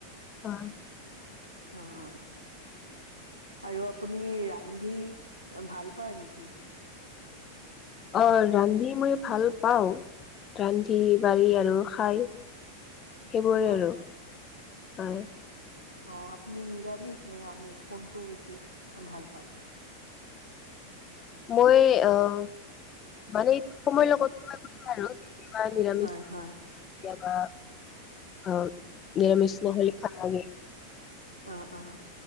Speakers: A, on the left; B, on the right.
A: হয়।
B: অঁ অঁ। আৰু আপুনি ৰান্ধি ভাল পায় নেকি?
A: অঁ' ৰান্ধি মই ভাল পাওঁ, ৰান্ধি বাঢ়ি আৰু খাই। সেইবোৰ
B: হয়
A: আৰু, হয়।
B: অঁ' আপুনি নিৰামিষ নে আমিষ, কোনটো বেছি ভাল পায়?
A: মই অঁ' মানে সময়ৰ লগতে <unintelligible> আৰু- কেতিয়াবা নিৰামিষ
B: হয়
A: কেতিয়াবা
B: হয়
A: অঁ নিৰামিষ নহ'লে- আমি-
B: অঁ অঁ'।